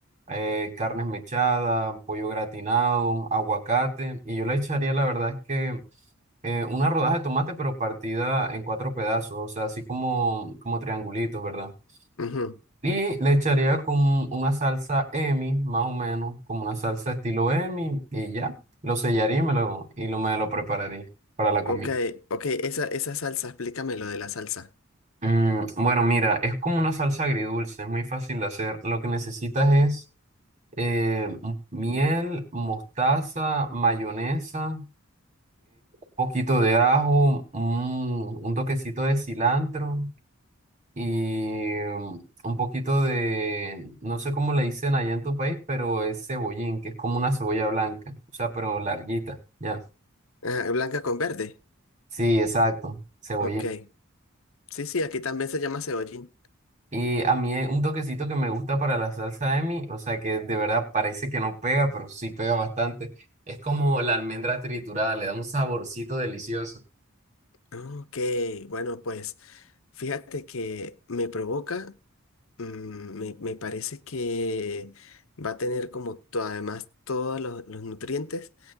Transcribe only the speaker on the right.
eh, carnes mechadas, pollo gratinado, aguacate, y yo le echaría, la verdad es que eh, una rodaja de tomate, pero partida en cuatro pedazos, o sea, así como, como triangulitos, ¿verdad?
Y le echaría con una salsa Emi, más o menos, como una salsa estilo Emi, y ya, lo sellaría y me lo, y lo, me lo prepararía para la comida.
Mm, bueno, mira, es como una salsa agridulce, es muy fácil de hacer. Lo que necesitas es eh, m- miel, mostaza, mayonesa, un poquito de ajo, un, un toquecito de cilantro y mm, un poquito de, no sé cómo le dicen allá en tu país, pero es cebollín, que es como una cebolla blanca, o sea, pero larguita, ya.
Sí, exacto, cebollín.
Y a mí eh, un toquecito que me gusta para la salsa de mi, o sea, que de verdad parece que no pega, pero sí pega bastante. Es como la almendra triturada, le da un saborcito delicioso.